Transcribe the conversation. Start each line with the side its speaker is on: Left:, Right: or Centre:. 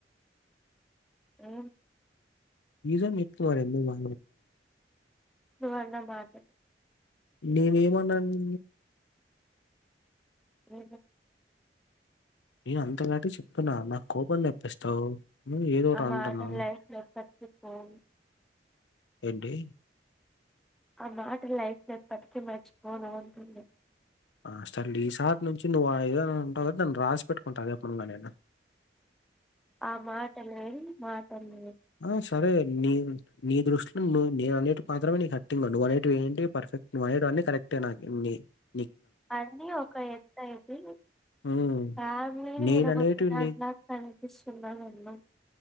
Centre: ఆ
Left: ఇద మీకువరందు వా
Centre: సవణ మాట
Left: నేను ఏమన్నాను
Centre: అ
Left: నేను అంత టి చెప్పిన నాకు కోపన్ని నప్పిస్తావు ఏదోటి
Centre: ఆ
Left: అంటాను
Centre: మాట లైఫ్లో ఎప్పటికీ పోను
Left: ఏంటి
Centre: ఆ మాట లైఫ్ ఎప్పటికీ మర్చిపోన ఉంటుంది
Left: ఆస ఈసారి నుంచి నువ్వు ఏదైనా ఉంటావు కదా దాన్ని రాసి పెట్టుకుంటా అదేపునుగా నేనా
Centre: ఆ మాటల్ వె మాట అల్
Left: ఆ సరే నీ నీ దృష్టిలో నువ్ నేను అనేవి మాత్రమే నీ కరెక్టి నువ్వు అనేటు ఏంటి పర్ఫెక్ట్ అన్నీ కరెక్ట్ ట్టే నా న
Centre: అన్నీ ఒక ఎంత ఇది
Left: ఉమ్.
Centre: రామని
Left: నేను
Centre: విడ
Left: అనేటివి
Centre: కొట్టదా
Left: నీ
Centre: అన్నా కనిపి సున్నాను అమ్న్నా